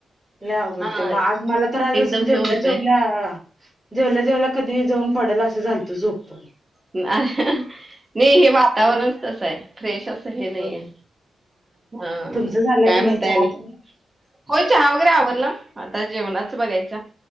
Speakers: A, in the centre; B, on the right.
A: लय अवघडतंय,
B: हा
A: मग
B: एकदम
A: आज मला तर आज असं
B: हे
A: जेवलं
B: होतय
A: जेवल्या जेवला जेवला कधी जाऊन पडेल असं झालतं, झोपून
B: नाही हे वातावरण कसं आहे, फ्रेश असं हे नाहीेये.
A: होय
B: हा,
A: तुमचं झालं
B: काय
A: की
B: म्हणताय
A: नाही चहा
B: आनी?
A: तेन?
B: होय चहा वगैरे आवरला, आता जेवणाच बघायचं,